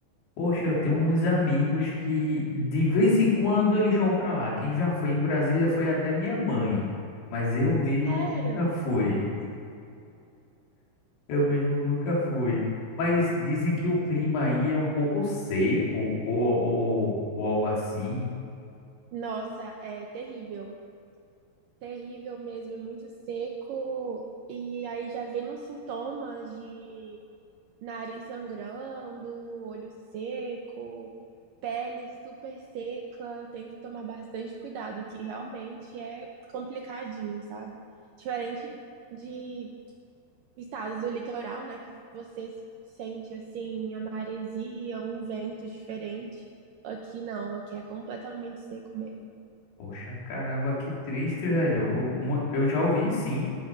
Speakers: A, on the left; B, on the right.
A: Poxa, eu tenho uns amigos que de vez em quando eles vão pra lá. Quem já foi em Brasília foi até minha mãe, mas eu mesmo
B: Sério?
A: nunca fui. Eu mesmo nunca fui. Mas dizem que o clima aí é um pouco seco ou, ou, ou algo assim.
B: Nossa, é terrível. Terrível mesmo, é muito seco. E aí já vem os sintomas de nariz sangrando, olho seco, pele super seca. Tem que tomar bastante cuidado aqui, realmente é complicadinho, sabe? Diferente de estados do litoral, né, que você sente assim a maresia, um vento diferente. Aqui não, aqui é completamente seco mesmo.
A: Poxa, caramba, que triste, velho. Eu, mu- eu já ouvi, sim,